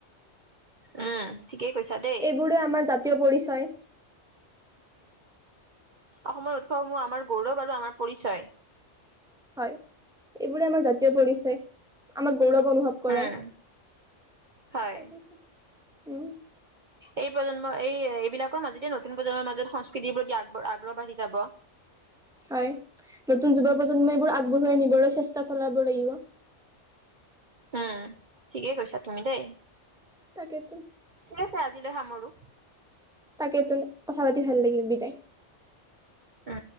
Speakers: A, on the right; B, in the centre.
A: উম। ঠিকেই কৈছা দেই।
B: এইবোৰে আমাৰ পৰিচয়।
A: অসমৰ উৎসৱসমূহ আমাৰ গৌৰৱ আৰু আমাৰ পৰিচয়।
B: হয় এইবোৰে আমাৰ জাতীয় পৰিচয় আমাক গৌৰৱ অনুভৱ কৰে
A: উম হয়
B: তাকেই উম।
A: এই প্ৰজন্মৰ এই এইবিলাকৰ মাজেতে নতুন প্ৰজন্মৰ মাজত সংস্কৃতিৰ প্ৰতি আগ আগ্ৰহ বাঢ়ি যাব
B: হয় নতুন যুৱ প্ৰজন্মইবোৰ আগবঢ়োৱাই নিবলৈ চেষ্টা চলাব লাগিব।
A: উম ঠিকেই কৈছা তুমি দেই
B: তাকেতো
A: ঠিক আছে আজিলৈ সামৰো
B: তাকে তো কথা পাতি ভাল লাগিল বিদাই
A: উম